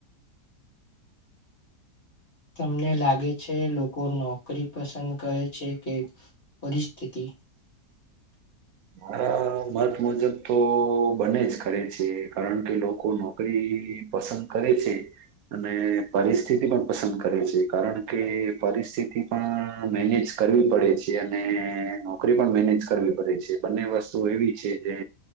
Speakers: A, on the left; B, on the right.
A: તમને લાગે છે લોકો નોકરી પસંદ કરે છે કે પરિસ્થિતિ
B: હ <inaudible> મારા મત મુજબ તો બને જ કરે છે કારણ કે લોકો નોકરી પસંદ કરે છે... અને પરિસ્થિતિ પણ પસંદ કરે છે કારણ કે પરિસ્થિતિ પણ મેનેજ કરવી પડે છે અને નોકરી પણ મેનેજ કરવી પડે છે. બંને વસ્તુઓ એવી છે જે